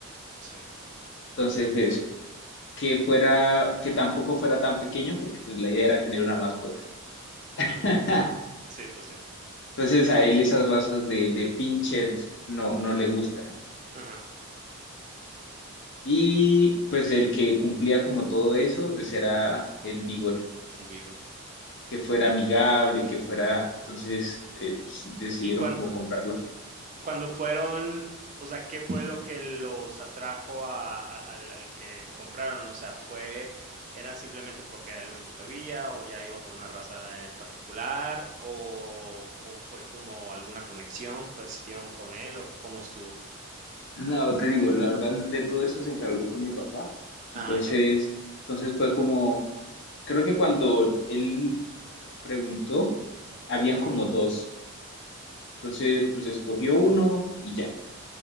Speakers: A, on the right (about 35°); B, on the left (about 55°).
A: sí.
B: Entonces, eso, que fuera, que tampoco fuera tan pequeño porque pues la idea era tener una mascota. <laughs>
A: Ujú. Sí, pues sí.
B: Entonces a él esas razas de, de pinchers no, no le gustan.
A: Ajá,
B: Y pues el que cumplía como todo eso, pues era el Beagle,
A: el Beagle.
B: que fuera amigable, que fuera... Entonces eh, pues, decidieron
A: Y cuan-
B: como comprarlo.
A: cuando fueron, o sea, ¿qué fue lo que los atrajo a- a- al, al que compraron? O sea, ¿fue, era simplemente porque era el único que había o ya iban por una raza en particular o, o fue como alguna conexión que existieron con él o cómo estuvo?
B: No, te digo, la verdad de todo eso se encargó fue mi papá.
A: Ah,
B: Entonces,
A: ya.
B: entonces fue como, creo que cuando él preguntó, habían
A: Ajá,
B: como dos. Entonces, pues escogió uno y ya.